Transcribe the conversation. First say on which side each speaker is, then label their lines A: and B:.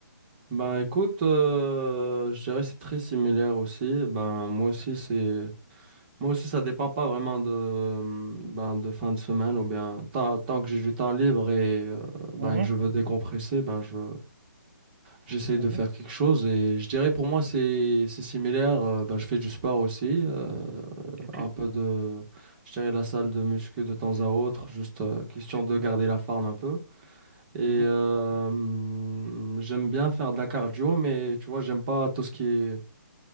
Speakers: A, on the right (about 30°); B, on the right (about 45°).
A: Ben écoute, euh, je dirais que c'est très similaire aussi. Ben moi aussi c'est moi aussi ça dépend pas vraiment de euh, ben, de fin de semaine ou bien tant, tant que j'ai du temps libre et euh, ben
B: Mhm,
A: que je veux décompresser, ben je j'essaye
B: mhm,
A: de faire
B: mhm.
A: quelque chose et je dirais pour moi c'est c'est similaire. Euh, ben, je fais du sport aussi, euh,
B: Ok,
A: un peu de je dirais la salle de muscu de temps à autre, juste euh, question
B: ok.
A: de garder la forme un peu. Et euh,
B: Mhm,
A: hum, j'aime bien faire de la cardio, mais tu vois, j'aime pas tout ce qui est.